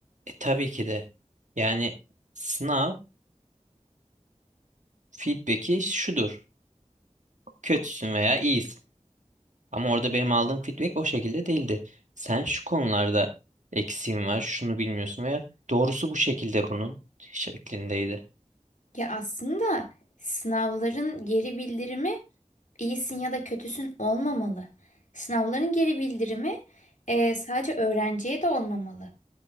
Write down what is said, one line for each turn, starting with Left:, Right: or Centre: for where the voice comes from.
Right: e, tabii ki de yani sınav feedback'i şudur. Kötüsün veya iyisin. Ama orada benim aldığım feedback o şekilde değildi. Sen şu konularda eksiğin var, şunu bilmiyorsun veya doğrusu bu şekilde bunun şeklindeydi.
Left: Ya aslında sınavların geri bildirimi iyisin ya da kötüsün olmamalı. Sınavların geri bildirimi e, sadece öğrenciye de olmamalı.